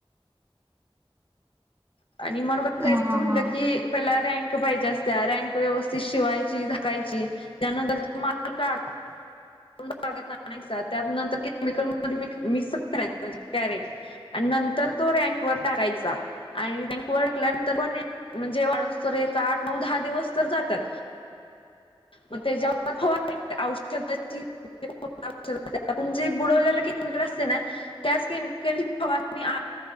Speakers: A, on the left; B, on the right.
A: आणि मग मनुका विकायच
B: हा
A: म्हंणलं
B: हा
A: की त्याला रँक पाहिजे असत्या रँक. व्यवस्थित शिवायची, झाकायची. त्यानंतर तो माल काढ
B: <inaudible>
A: <unintelligible> त्यात नंतर की केमिकलमध्ये मिक्स करायचा म्हणजे कॅरेट आणि नंतर तो रँकवर टाकायचा. आणि रँक टाकल्या नंतर पण म्हणजे, वाळुस तर एक आठ, नऊ, दहा दिवस तर जातात. मग त्याच्यावर फवारणी औषधची. <unintelligible> आपण जे बुडवलेला केमीकल असतंय ना त्याच केमिकल नी फवारणी